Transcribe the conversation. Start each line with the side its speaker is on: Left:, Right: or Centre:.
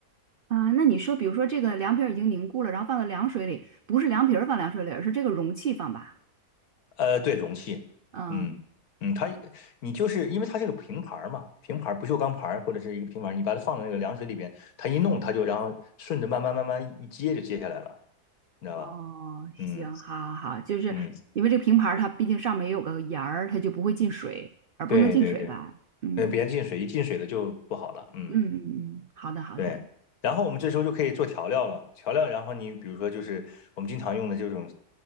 Right: 啊，那你说，比如说这个凉皮儿已经凝固了，然后放到凉水里，不是凉皮儿放凉水里，而是这个容器放吧？
Left: 呃，对，容器，
Right: 嗯。
Left: 嗯嗯，它你就是因为它是个平盘儿嘛，平盘儿不锈钢盘儿或者是一个平盘儿，你把它放到那个凉水里边，它一弄它就然后顺着慢慢慢慢一接就接下来了，你知道吧？
Right: 哦，行，
Left: 嗯
Right: 好好好，就是因为这个平盘儿它毕竟上面也有个沿儿，
Left: 嗯，
Right: 它就不会进水，而不能进水吧？
Left: 对对对，
Right: 嗯
Left: 那别进水，一进水了就不好了，嗯。
Right: 嗯嗯嗯，好的好的，
Left: 对，然后我们这时候就可以做调料了。调料，然后你比如说就是我们经常用的这种，